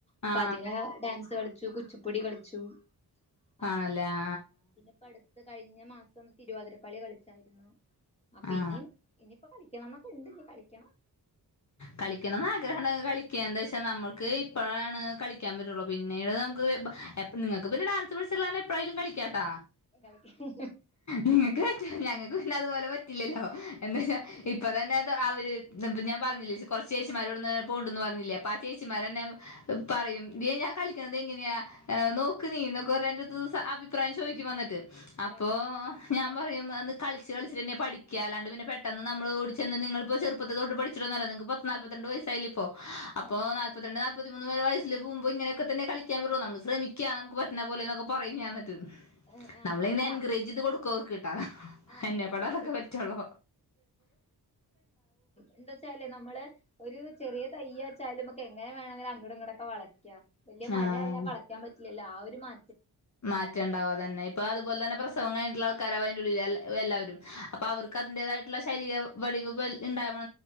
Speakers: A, on the left; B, on the left.
A: അപ്പതില്
B: ആ
A: ഡാൻസ് കളിച്ചു ച്ചു കുച്ചിപ്പുടി കളിച്ചു അങ്ങനെ
B: ആണല്ലേ ആ
A: ഇപ്പോ അടുത്ത കഴിഞ്ഞ മാസം തിരുവാതിര കളി കളിച്ചായിരുന്നു പിന്നിം
B: ആ
A: ഇനിയിപ്പോ കളി ക്കണന്നൊക്കെണ്ട് ഇനി കളിക്കണം
B: കളിക്കണന്ന് ആഗ്രഹണ്ടെങ്കിൽ കളിക്ക്യാ എന്താ വെച്ചാ നമ്മൾക്ക് ഇപ്പോഴാണ് കളിക്കാൻ പറ്റുള്ളൂ പിന്നീട് നമുക്ക് നിങ്ങക്ക് പിന്നെ ഡാൻസ് പഠിച്ചിട്ടുള്ള കാരണം എപ്പഴായാലും കളിക്കാട്ടാ
A: കളിക്കണം
B: നിങ്ങക്ക് പറ്റും ഞങ്ങ അതുപോലെ പറ്റില്ലല്ലോ എന്താച്ചാ
A: അത്
B: ഇപ്പോ തന്നെ ആൾ <unintelligible> ദിപ്പോ ഞാൻ പറഞ്ഞില്ലേച്ചി കൊറച്ച് ചേച്ചിമാരിവിടെന്ന് പോവുന്നുണ്ടെന്ന് പറഞ്ഞില്ലേ ആ ചേച്ചിമാരെന്നെ പറയും ദേ ഞാൻ കളിക്കണത് എങ്ങനെയാ നോക്ക് നീ എന്നൊക്കെ പറഞ്ഞു എന്റെടുത്ത് വന്ന് അഭിപ്രായം ചോയിക്കും വന്നിട്ട്.
A: ആ
B: അപ്പോ ഞാ ഞാൻ പറയും കളിച്ച് കളിച്ചിട്ടേന്നെയാ പഠിക്ക്യ അല്ലാണ്ട് പിന്നെ പെട്ടെന്ന് നമ്മൾ ഓടിച്ചെന്ന് നിങ്ങളിപ്പോ ചെറുപ്പത്തിതൊട്ട് പഠി ച്ചിട്ടൊന്നുമല്ല നിങ്ങക്ക് പത്തുനാല്പത്തുരണ്ട് വയസ്സായില്ലേ. അപ്പോ
A: അതെ
B: നാല്പ്പത്തിരണ്ട് നാ നാൽപ്പത്തിമൂന്നു വയസ്സിൽ പോവുമ്പോ ഇങ്ങനൊക്കെ തന്നെയാ കളിക്കാൻ ബ്രോ നമ്മൾ ശ്രെമിക്യ നമുക്ക് പറ്റണെപോലെന്നൊക്കെ പറയും ഞാൻ എന്നിട്ട്.
A: ആഹ്
B: നമ്മളിങ്ങനെ
A: അല്ല
B: എൻകറേജ് ചെയ്ത് കൊടുക്കും
A: ചെ
B: അവർക്ക്ട്ടാ
A: ആഹ്
B: എന്നെകൊണ്ടെ
A: അങ്ങനെന്നെ
B: അതൊക്കെ പറ്റുള്ളൂ
A: എന്താവെച്ചാല് നമ്മള് ഒരു ചെറിയ തൈ വെച്ചാലും നമുക്കെ എങ്ങനെ വേണേലും നമുക്ക് അങ്ങടും ഇങ്ങടൊക്കെ വളയ്ക്കാം വല്യ മരായാൽ
B: ആഹ്
A: വളയ്ക്കാൻ പറ്റില്ല എല്ലാവരും മാ
B: മാറ്റം ഉണ്ടാവും അതന്നെ. പ്പ അത്പോലെ തന്നെ പ്രസ സ്ട്രോങ്ങായിട്ടുള്ള ആൾക്കാരാ വരുലില്ലേ എല്ലാവരും അപ്പ അവർക്ക് അതിന്റെതായിട്ടുള്ള ശരീര വടിവ് വൽ ഇണ്ടായ മ